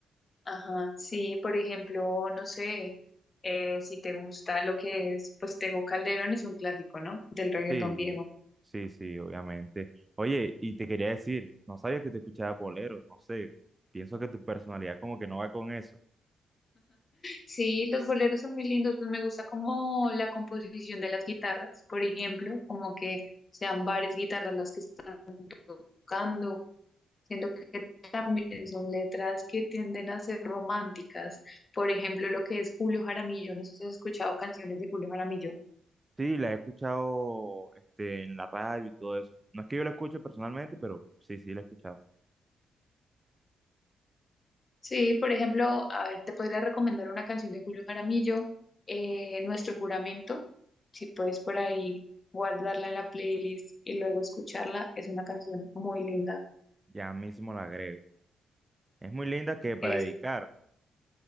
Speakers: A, on the left; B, on the right.
A: Ajá, sí, por ejemplo, no sé, eh, si te gusta lo que es, pues Tego Calderón es un clásico, ¿no? Del reggaetón
B: Sí,
A: viejo.
B: sí, sí, obviamente. Oye, y te quería decir, no sabía que te escuchabas bolero, no sé, pienso que tu personalidad como que no va con eso.
A: Sí, los boleros son muy lindos, pues me gusta como la composición de las guitarras, por ejemplo, como que sean varias guitarras las que están tocando. Siento que también son letras que tienden a ser románticas. Por ejemplo, lo que es Julio Jaramillo, no sé si has escuchado canciones de Julio Jaramillo.
B: Sí, la he escuchado este, en la radio y todo eso. No es que yo la escuche personalmente, pero sí, sí, la he escuchado.
A: Sí, por ejemplo, a ver, te podría recomendar una canción de Julio Jaramillo, eh, Nuestro Juramento, si puedes por ahí guardarla en la playlist y luego escucharla, es una canción muy linda.
B: Ya mismo la agrego. Es muy linda que para
A: Es,
B: dedicar.